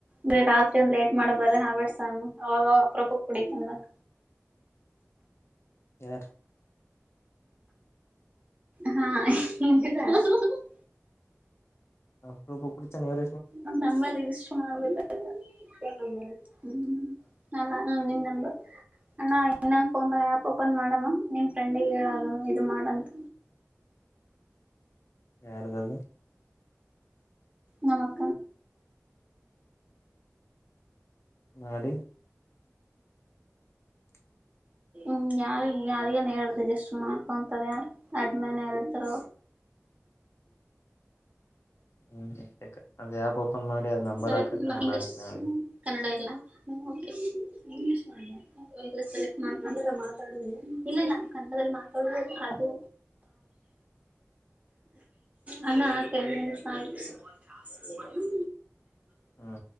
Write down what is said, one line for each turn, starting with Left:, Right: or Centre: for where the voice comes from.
Right: ಬೇಗ ರಾತ್ರಿ ಒಂದ್ ಲೇಟ್ ಮಾಡಬ್ರರೆ ಹ್ಯಾಬಿಟ್ಸ್ ಅವಾಗ ಅಪ್ರೊಪಕ್ಕೆ ಕುಡಿತನ್ ಮತ್
Left: ಯಾರು
Right: ಹಾ <unintelligible>
Left: ಹಪರೂಪ ಕುಡಿತನ ಯಾರು
Right: ನ ನಂಬರ್ ರಿಜಿಸ್ಟರ್ ಮಾಡ್ಬೇಕ ಅಲ್ಲ ಹ್ಮ ನಿನ್ನ ನಂಬರ್ ಅಣ ಇದನ್ನ ಒಂದ ಆ್ಯಪ್ ಓಪನ್ ಮಾಡಮ್ಮ ನಿಮ್ ಫ್ರೆಂಡಿಗೆ ಹೇಳದು ಇದು ಮಾಡಂತ
Left: <inaudible> ಯಾರದದು
Right: ನಮಕ
Left: ನಡಿ <inaudible>
Right: ಹ್ಮ ಯಾರಿ ಯಾರಿಗನ್ ಹೇಳ್ದ ಜಸ್ಟ್ ಮಾಡ್ಕೊಂತದ ಯಾರ ಅಡ್ಮೇನತರು
Left: ಹ್ಮ್ ಅದ ಆ್ಯಪ್ ಓಪನ್ ಮಾಡಿ ಅದ್ ನಂಬರ್
Right: ಸೆಲೆಕ್ಟ್
Left: ಹಾಕಕ್ಕ
Right: ಲಾಂಗ್ವೇಜ್
Left: ನಾನು ಹಾಕ್ತೀನಿ ಅವನಿಗೆ
Right: ಕನ್ನಡ <unintelligible> ಮಾತಾಡು ಇಲ್ಲ ಇಲ್ಲ ಕಂಡದಲ್ಲಿ ಮಾತಾಡುವ ಅದು ಅಣ್ಣ ಟೆನ್ ಮಿನಿಟ್ಸ್ ಅಯ್ತು
Left: ಹ್ಮ